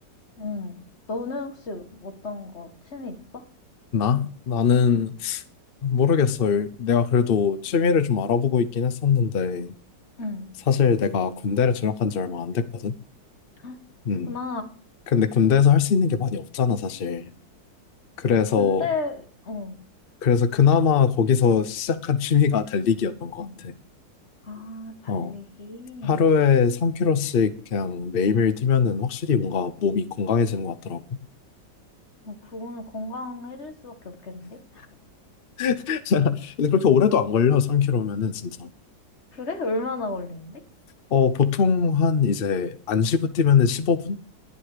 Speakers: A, on the left; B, on the left.
A: 응. 너는 혹시 어떤 거 취미 있어?
B: 나? 나는
A: 응.
B: 모르겠어요. 내가 그래도 취미를 좀 알아보고 있긴 했었는데,
A: 응.
B: 사실 내가 군대를 진학한 지 얼마 안 됐거든?
A: 헉,
B: 음.
A: 나
B: 근데 군대에서 할 수 있는 게 많이 없잖아, 사실. 그래서,
A: 군대, 어.
B: 그래서 그나마 거기서 시작한 취미가 달리기였던 것
A: 응.
B: 같아.
A: 아, 달리기.
B: 어.. 하루에 3 k g 씩 그냥 매일매일 뛰면은 확실히 뭔가 몸이 건강해지는 것 같더라고.
A: 어, 그거는 건강해질 수밖에 없겠는데?
B: <laughs> 근데 그렇게 오래도 안 걸려, 3 k g 면은 진짜.
A: 그래? 얼마나 걸리는데?
B: 어, 보통 한 이제 안 쉬고 뛰면은 15분?